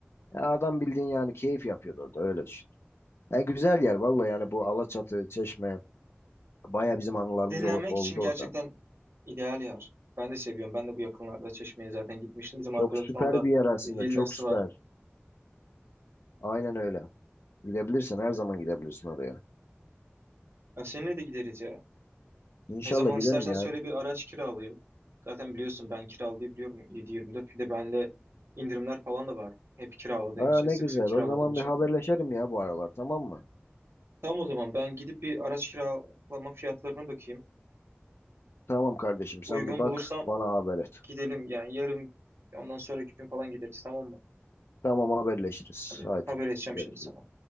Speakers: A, on the left; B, on the right.
A: Ya adam bildiğin yani keyif yapıyordu orada öyle düşün. Ya güzel yer vallahi yani bu Alaçatı, Çeşme baya bizim anılarımız
B: Dinlenmek
A: ol- oldu
B: için gerçekten
A: orada.
B: ideal yer. Ben de seviyorum. Ben de bu yakınlarda Çeşme'ye zaten gitmiştim. Bizim
A: Çok
B: arkadaşın
A: süper
B: orada
A: bir yer aslında
B: bir villası
A: çok süper.
B: var.
A: Aynen öyle. Gidebilirsin her zaman gidebilirsin oraya.
B: Ya seninle de gideriz ya.
A: İnşallah
B: Ne zaman
A: giderim
B: istersen
A: ya.
B: söyle bir araç kiralayayım. Zaten biliyorsun ben kiralayabiliyorum 7-24. Bir de bende indirimler falan da var. Hep kiraladığım
A: Aa
B: için,
A: ne
B: sık
A: güzel
B: sık kiraladığım
A: o zaman
B: için.
A: bir haberleşelim ya bu aralar tamam mı?
B: Tamam o zaman ben gidip bir araç kiralama fiyatlarına bakayım.
A: Tamam kardeşim sen
B: Uygun
A: bir bak
B: bulursam
A: bana haber et.
B: gidelim yani yarın ondan sonraki gün falan gideriz tamam mı?
A: Tamam haberleşiriz.
B: Hadi
A: Haydi
B: haber edeceğim
A: görüşürüz.
B: şimdi sana.